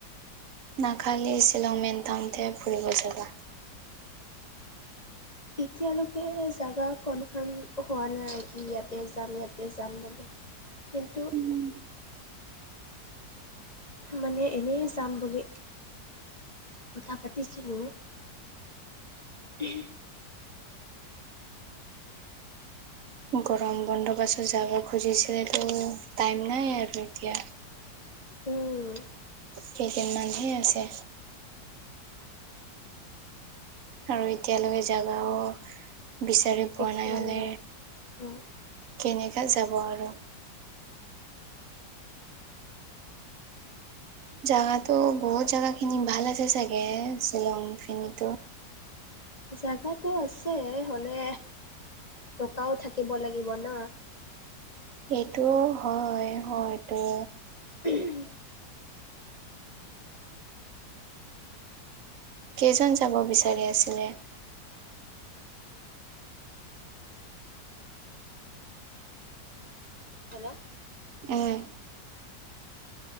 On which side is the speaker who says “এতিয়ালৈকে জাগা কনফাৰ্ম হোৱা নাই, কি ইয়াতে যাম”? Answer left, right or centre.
Left